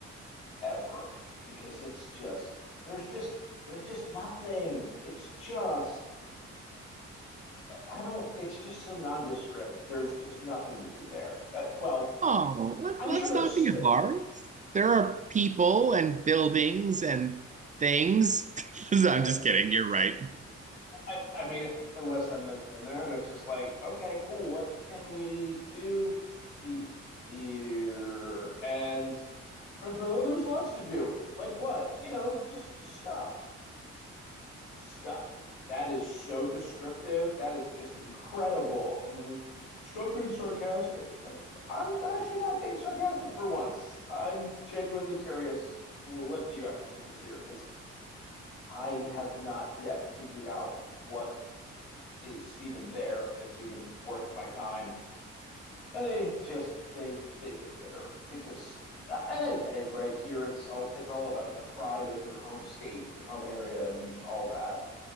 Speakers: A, on the left; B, on the right.
A: ever because it's just there's just there's just nothing. It's just I don't it's just so nondescript. There's just nothing to do there. Uh, well,
B: <laughs> Oh, let,
A: I'm
B: let's
A: sure there's
B: not
A: st
B: be hard. There are people and buildings and things. <laughs> I'm
A: I,
B: just kidding. You're right.
A: I I mean listen, I mean I've been there and it's just like, okay, cool. What can we do he here? And Prince there's lots to do. Like what? You know, just stuff. Stuff. That is so descriptive. That is just incredible. And they're like, stop being sarcastic. I'm like, I'm actually not being sarcastic for once. I'm genuinely curious. wh- What do you actually think is here? Because I have not yet figured out what is even there that's even worth my time. And they just they they get bitter because uh, and I get it right here it's all it's all about the pride of your home state your home area and all that